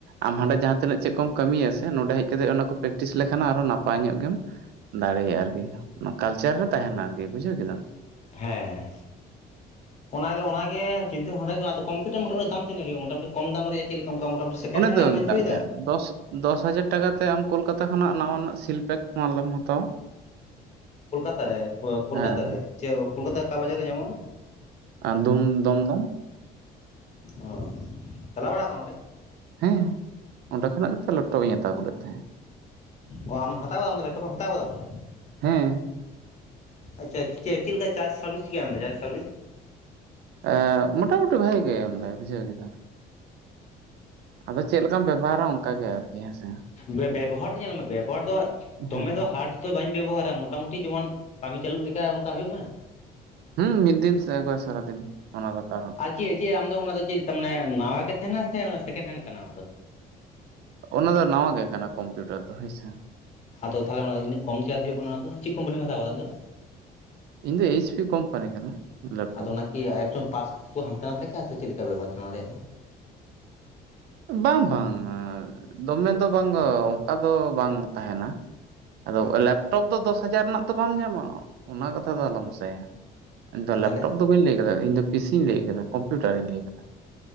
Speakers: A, on the right; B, on the left.
A: ᱟᱢ ᱦᱟᱸᱰᱮ ᱡᱟᱦᱟᱸ ᱛᱤᱱᱟᱹᱜ ᱪᱮᱫ ᱠᱚᱢ ᱠᱟᱹᱢᱤᱭᱟ ᱥᱮ ᱱᱚᱸᱰᱮ ᱦᱮᱡ ᱠᱟᱛᱮᱜ ᱚᱱᱟ ᱠᱚ ᱯᱨᱮᱠᱴᱤᱥ ᱞᱮᱠᱷᱟᱱ ᱟᱨᱚ ᱱᱟᱯᱟᱭ ᱧᱚᱜ ᱜᱮᱢ ᱫᱟᱲᱮᱭᱟᱜ-ᱟ ᱟᱹᱨᱠᱤ᱾ ᱠᱟᱞᱪᱟᱨ ᱨᱮ ᱛᱟᱦᱮᱸᱱᱟ ᱟᱹᱨᱠᱤ ᱵᱩᱡᱷᱟᱹᱣ ᱠᱮᱫᱟᱢ᱾
B: ᱦᱮᱸ᱾
A: <inaudible>
B: ᱚᱱᱟᱜᱮ ᱚᱱᱟᱜᱮ ᱪᱤᱱᱛᱟᱹ ᱵᱷᱟᱵᱚᱱᱟ ᱦᱩᱭᱩᱜ ᱠᱟᱱᱟ᱾ ᱟᱫᱚ ᱠᱚᱢᱯᱩᱴᱟᱨ ᱢᱚᱴᱟᱢᱩᱴᱤ ᱫᱟᱢ ᱛᱤᱱᱟᱹᱜ ᱦᱩᱭᱩᱜ-ᱟ ᱢᱚᱴᱟᱢᱩᱴᱤ ᱠᱚ ᱫᱟᱢ ᱨᱮᱭᱟᱜ ᱪᱮᱫ ᱞᱮᱠᱟ ᱚᱱᱠᱟ ᱢᱚᱴᱟᱢᱩᱴᱤ? ᱥᱮᱠᱮᱱᱰ
A: ᱚᱱᱮ
B: ᱦᱮᱱᱰ
A: ᱛᱚ
B: ᱮᱢ
A: ᱢᱮᱛᱟᱜ
B: ᱢᱮᱱ ᱦᱚᱪᱚᱭᱮᱫᱟ
A: ᱢᱮᱭᱟ ᱫᱚᱥ ᱫᱚᱥ ᱦᱟᱡᱟᱨ ᱴᱟᱠᱟ ᱛᱮ ᱟᱢ ᱠᱳᱞᱠᱟᱛᱟ ᱠᱷᱚᱱᱟᱜ ᱱᱟᱣᱟᱱᱟᱜ ᱥᱤᱞ ᱯᱮᱠ ᱢᱟᱞᱮᱢ ᱦᱟᱛᱟᱣᱟ᱾
B: ᱠᱳᱞᱠᱟᱛᱟ ᱨᱮ ᱠᱳᱞᱠᱟᱛᱟ‌
A: ᱦᱮᱸ
B: ᱨᱮ ᱪᱮᱫ ᱠᱳᱞᱠᱟᱛᱟ ᱚᱠᱟ ᱵᱟᱡᱟᱨ ᱨᱮ ᱧᱟᱢᱚᱜ-ᱟ?
A: ᱟᱫᱚᱢ ᱫᱚᱢ ᱫᱚᱢ᱾
B: ᱚ, ᱪᱟᱞᱟᱣ ᱵᱟᱲᱟ ᱠᱟᱱᱟᱢ ᱚᱸᱰᱮ?
A: ᱦᱮᱸ ᱚᱸᱰᱮ ᱠᱷᱚᱱᱟᱜ ᱜᱮᱛᱚ ᱞᱮᱯᱴᱚᱯ ᱤᱧ ᱦᱟᱛᱟᱣ ᱟᱹᱜᱩ ᱞᱮᱫ ᱛᱟᱦᱮᱸᱫ
B: ᱚ ᱟᱢ ᱦᱟᱛᱟᱣ ᱠᱟᱫᱟᱢ ᱫᱚ ᱞᱮᱯᱴᱚᱯᱮᱢ ᱦᱟᱛᱟᱣ ᱠᱟᱫᱟᱢ ᱫᱚ?
A: ᱦᱮᱸ
B: ᱟᱪᱷᱟ ᱪᱮᱫ ᱪᱮᱫ ᱞᱮᱠᱟ ᱪᱟᱨᱡᱽ ᱥᱟᱨᱵᱷᱤᱥ ᱪᱤᱠᱟᱭ ᱮᱢᱫᱟ ᱪᱟᱨᱡᱽ ᱥᱟᱨᱵᱷᱤᱥ?
A: ᱮᱸᱻ ᱢᱚᱴᱟᱢᱩᱴᱤ ᱵᱷᱟᱜᱮ ᱜᱮ ᱮᱢᱫᱟᱭ ᱵᱩᱡᱷᱟᱹᱣ ᱠᱮᱫᱟᱢ᱾ ᱟᱫᱚ ᱪᱮᱫ ᱞᱮᱠᱟᱢ ᱵᱮᱵᱚᱦᱟᱨᱟ ᱚᱱᱠᱟ ᱜᱮ ᱟᱹᱨᱠᱤ ᱦᱮᱸ ᱥᱮ?
B: ᱵᱮᱵᱚᱦᱟᱨ ᱫᱚ ᱧᱮᱞ ᱢᱮ, ᱵᱮᱵᱚᱦᱟᱨ ᱫᱚ ᱫᱚᱢᱮ
A: ᱦᱮᱸ
B: ᱫᱚ ᱦᱟᱴ ᱫᱚ ᱵᱟᱹᱧ ᱵᱮᱵᱚᱦᱟᱨᱟ᱾ ᱢᱚᱴᱟᱢᱩᱴᱤ ᱡᱮᱢᱚᱱ ᱠᱟᱹᱢᱤ ᱪᱟᱹᱞᱩᱜ ᱞᱮᱠᱟ ᱚᱱᱠᱟ ᱦᱩᱭᱩᱜ ᱢᱟ᱾
A: ᱦᱩᱸ ᱢᱤᱫ ᱫᱤᱱ ᱥᱮ ᱮᱠᱵᱟᱨ ᱥᱟᱨᱟ ᱫᱤᱱ ᱚᱱᱟ ᱠᱚ ᱫᱚ
B: ᱟᱨ ᱪᱮᱫ ᱪᱮᱫ ᱟᱢ ᱫᱚ ᱚᱱᱟ ᱫᱚ ᱪᱮᱫ ᱚᱱᱮ ᱱᱟᱣᱟ ᱜᱮ ᱛᱟᱦᱮᱸᱱᱟ ᱥᱮ ᱥᱮᱠᱮᱱᱰ ᱦᱮᱱᱰ ᱠᱟᱱᱟ ᱚᱱᱟ ᱫᱚ?
A: ᱚᱱᱟ ᱫᱚ ᱱᱟᱣᱟ ᱜᱮ ᱠᱟᱱᱟ ᱠᱚᱢᱯᱤᱭᱩᱴᱟᱨ ᱫᱚ ᱦᱳᱭ ᱥᱮ᱾
B: ᱟᱫᱚ ᱛᱟᱦᱚᱸᱞᱮ ᱚᱱᱟ ᱤᱱᱟᱹᱜ ᱠᱚᱢ ᱪᱤᱠᱟᱛᱮ ᱦᱩᱭᱩᱜ ᱠᱟᱱᱟ ᱚᱱᱟᱫᱚ ᱪᱮᱫ ᱠᱚᱢᱯᱟᱱᱤᱢ ᱦᱟᱛᱟᱣ ᱠᱟᱫᱟ ᱟᱢ ᱫᱚ?
A: ᱤᱧ ᱫᱚ ᱮᱭᱤᱪ ᱯᱤ ᱠᱚᱢᱯᱟᱱᱤ ᱠᱟᱱᱟ᱾ ᱞᱮᱯᱴᱚᱯ
B: ᱟᱫᱚ ᱚᱱᱟᱠᱤ ᱮᱠᱴᱚᱢ ᱯᱟᱥ ᱠᱚ ᱦᱟᱱᱛᱮ ᱱᱟᱛᱮ ᱠᱟᱜ-ᱟ ᱥᱮ ᱪᱮᱫ ᱞᱮᱠᱟ ᱵᱮᱵᱚᱦᱟᱨ ᱛᱟᱦᱮᱸᱱᱟ ᱚᱱᱟ ᱨᱮᱭᱟᱜ ᱫᱚ?
A: ᱵᱟᱝ ᱵᱟᱝ, ᱟᱻ ᱫᱚᱢᱮ ᱫᱚ ᱵᱟᱝ ᱚᱱᱠᱟ ᱫᱚ ᱵᱟᱝ ᱛᱟᱦᱮᱱᱟ᱾ ᱟᱫᱚ ᱞᱮᱯᱴᱚᱯ ᱫᱚ ᱫᱚᱥ ᱦᱟᱡᱟᱨ ᱨᱮᱱᱟᱜ ᱫᱚ ᱵᱟᱢ ᱧᱟᱢᱟ, ᱚᱱᱟ ᱠᱟᱛᱷᱟ ᱫᱚ ᱟᱞᱚᱢ ᱟᱥᱟᱭᱟ᱾ ᱤᱧ ᱫᱚ
B: ᱛᱟᱦᱚᱞᱮ
A: ᱞᱮᱯᱴᱚᱯ ᱫᱚ ᱵᱟᱹᱧ ᱞᱟᱹᱭ ᱠᱟᱫᱟ, ᱤᱧ ᱫᱚ ᱯᱤ ᱥᱤ ᱤᱧ ᱞᱟᱹᱭ ᱠᱟᱫᱟ, ᱠᱚᱢᱯᱤᱭᱩᱴᱟᱨ ᱤᱧ ᱞᱟᱹᱭ ᱠᱟᱫᱟ᱾